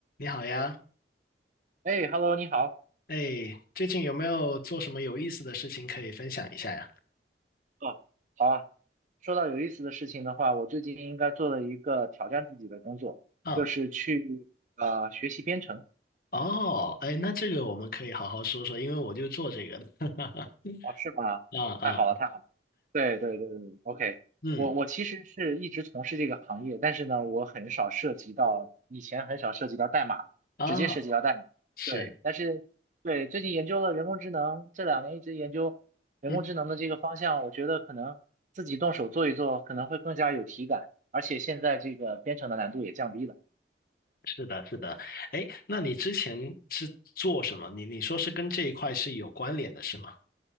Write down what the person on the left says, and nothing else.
你好呀，
哎，最近有没有做什么有意思的事情可以分享一下呀？
啊，
哦，哎，那这个我们可以好好说说，因为我就做这个的。<laughs>
啊啊，
嗯，
啊，
是，
嗯，
是的，是的。哎，那你之前是做什么？你你说是跟这一块是有关联的，是吗？